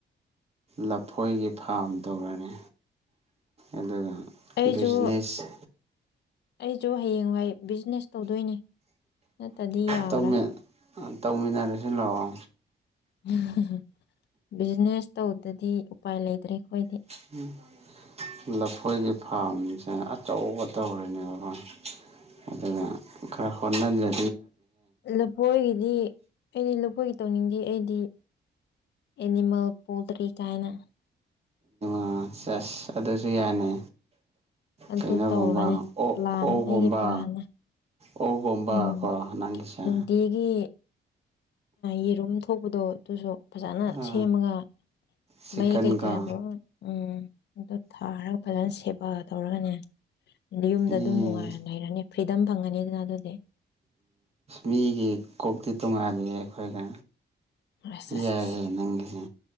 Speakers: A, on the right; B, on the left.
A: ꯂꯐꯣꯏꯒꯤ ꯐꯥꯔꯝ ꯇꯧꯔꯅꯤ ꯑꯗꯨꯒ
B: ꯑꯩꯁꯨ
A: ꯕꯤꯖꯤꯅꯦꯁ
B: ꯑꯩꯁꯨ ꯍꯌꯦꯡꯋꯥꯏ ꯕꯤꯖꯤꯅꯦꯁ ꯇꯧꯗꯣꯏꯅꯤ ꯅꯠꯇꯗꯤ ꯌꯥꯔꯦ
A: ꯇꯧꯃꯤꯟ ꯇꯧꯃꯤꯟꯅꯔꯁꯤ ꯂꯥꯛꯑꯣ
B: <unintelligible> ꯕꯤꯖꯤꯅꯦꯁ ꯇꯧꯗꯗꯤ ꯎꯄꯥꯏ ꯂꯩꯇ꯭ꯔꯦ ꯑꯩꯈꯣꯏꯗꯤ
A: <unintelligible> ꯂꯐꯣꯏꯒꯤ ꯐꯥꯔꯝꯁꯦ ꯑꯆꯧꯕ ꯇꯧꯔꯅꯦꯕꯀꯣ ꯑꯗꯨꯅ ꯈꯔ ꯍꯣꯠꯅꯖ
B: ꯂꯐꯣꯏꯒꯤꯗꯤ ꯑꯩꯗꯤ ꯂꯐꯣꯏꯒꯤ ꯇꯧꯅꯤꯡꯗꯦ ꯑꯩꯗꯤ ꯑꯦꯅꯤꯃꯦꯜ ꯄꯣꯜꯇ꯭ꯔꯤ ꯀꯥꯏꯅ
A: ꯑꯥ ꯁꯦꯁ ꯑꯗꯨꯁꯨ ꯌꯥꯢꯅꯦ
B: ꯑꯗꯨ
A: ꯀꯩꯅꯣꯒꯨꯝꯕ
B: ꯇꯧꯔꯅꯤ
A: ꯑꯣꯛ
B: ꯄ꯭ꯂꯥꯟ
A: ꯑꯣꯒꯨꯝꯕ
B: ꯑꯩꯒꯤ ꯄ꯭ꯂꯥꯟꯅ
A: ꯑꯣ ꯒꯨꯝꯕꯀꯣ
B: ꯎꯝ
A: ꯅꯪꯒꯤꯁꯦ
B: ꯅꯨꯡꯇꯤꯒꯤ ꯌꯦꯔꯨꯝ ꯊꯣꯛꯄꯗꯣ ꯑꯗꯨꯁꯨ ꯐꯖꯅ
A: ꯑ
B: ꯁꯦꯝꯃꯒ
A: ꯆꯤꯛꯀꯟꯒ
B: ꯃꯩ ꯀꯩ ꯀ ꯂꯣꯢ ꯎꯝ ꯑꯗꯨ ꯊꯥꯔꯒ ꯐꯖꯟ ꯁꯦꯕꯥ ꯇꯧꯔꯒꯅꯦ ꯅꯌꯨꯝꯗ
A: ꯃꯤ
B: ꯑꯗꯨꯝ ꯅꯨꯡꯉꯥꯏꯅ ꯂꯩꯔꯅꯤ ꯐ꯭ꯔꯤꯗꯝ ꯐꯪꯉꯅꯤꯗꯅ ꯑꯗꯨꯗꯤ
A: ꯃꯤꯒꯤ ꯀꯣꯛꯇꯤ ꯇꯣꯡꯉꯥꯜꯂꯤꯌꯦ ꯑꯩꯈꯣꯏꯒ
B: ꯑꯁ ꯑꯁ
A: ꯌꯥꯏ
B: ꯑꯁ
A: ꯍꯦ ꯅꯪꯒꯤꯖꯦ